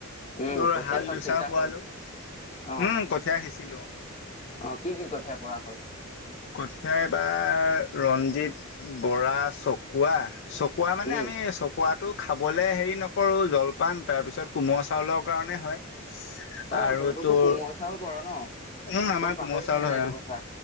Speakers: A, on the left; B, on the left.
A: উম
B: তোৰ
A: কঠীয়া
B: হাল
A: চব
B: দোচা
A: সিঁচা
B: পোৱালো,
A: হ'ল অ
B: উম কঠীয়া সিঁচিলো অ।
A: অ কি কি কঠিয়াই পৰা হ'ল?
B: কঠিয়া এবাৰ ৰঞ্জিত, বৰা, চকোৱা চ কুৱা মানে
A: উম
B: আমি চকুৱটো খাবলে হেৰি নকৰো জলপান তাৰ পিছত কোমল চাউলৰ কাৰণে হয়।
A: অ
B: আৰু
A: তহঁতৰতো
B: তোৰ
A: কোমল চাউল কৰ ন,
B: উম, আমাৰ
A: মই পাহৰিছিলো
B: কোমল চাউল হয়
A: এইটো
B: অ',
A: কথা।